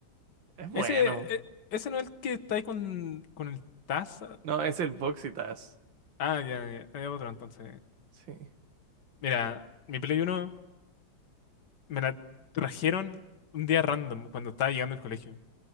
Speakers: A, on the right; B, on the left.
A: Es bueno.
B: Ese, eh, ese no es el que está ahí con, con el Taza.
A: No, es el boxitas
B: Ah, ya, ya, es otro entonces.
A: Sí.
B: Mira, mi Play uno me la trajeron un día random cuando estaba llegando al colegio.